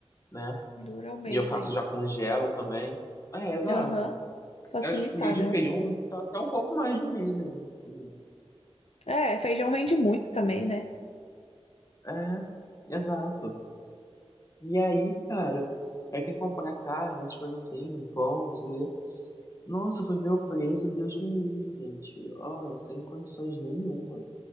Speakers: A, on the left; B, on the left.
A: né?
B: dura um mês
A: E eu faço
B: aí.
A: já congelo também. É, exato.
B: Aham, facilitar,
A: Eu acho que o meu de
B: né?
A: feijão tá até um pouco mais de um mês ainda, se puder.
B: É, feijão rende muito também, né?
A: É, exato. E aí, cara, aí tem que comprar carne, essas coisas assim, um pão, não sei o quê. Nossa, foi ver o preço, Deus me livre, gente. Ó, sem condições nenhuma.